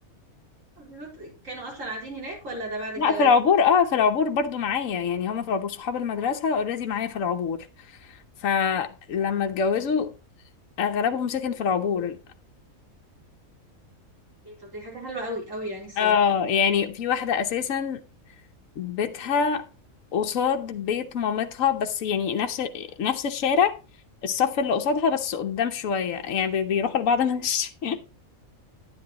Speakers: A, on the right (about 65°); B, on the left (about 70°).
A: بالظبط، كانوا اصلا قاعدين هناك ولا ده بعد
B: لا
A: الجواز
B: في العبور اه في العبور برضو معايا يعني هما في العبور صحاب المدرسة اوريدي معايا في العبور فلما اتجوزوا أغلبهم سكن في العبور
A: إيه، طب دي حاجة حلوة قوي قوي يعني الصراحة
B: اه يعني في واحدة أساسا بيتها قصاد بيت مامتها بس يعني نفس نفس الشارع الصف اللي قصادها بس قدام شوية يعني بي- بيروحوا لبعض <laughs> ماشي